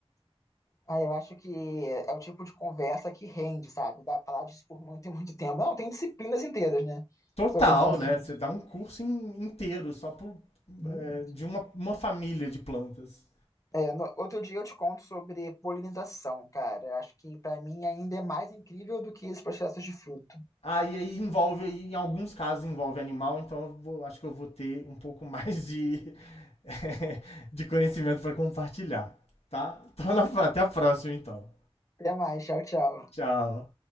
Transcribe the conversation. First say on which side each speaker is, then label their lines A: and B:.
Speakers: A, on the left; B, on the left.
A: Ah, eu acho que é o tipo de conversa que rende, sabe? Dá pra falar disso por muito <laughs> e muito tempo. Não, tem disciplinas inteiras, né?
B: Total,
A: Sobre esse assunto.
B: né? Você dá um curso in- inteiro só por,
A: Uhum.
B: é, de uma, uma família de plantas.
A: É, no- outro dia eu te conto sobre polinização, cara. Eu acho que pra mim ainda é mais incrível do que esses processos de fruto.
B: Aí, aí envolve, em alguns casos envolve animal, então eu vou- acho que eu vou ter um pouco mais de, <laughs> de conhecimento para compartilhar, tá? Então, na- até a próxima, então.
A: Até mais, tchau, tchau.
B: Tchau.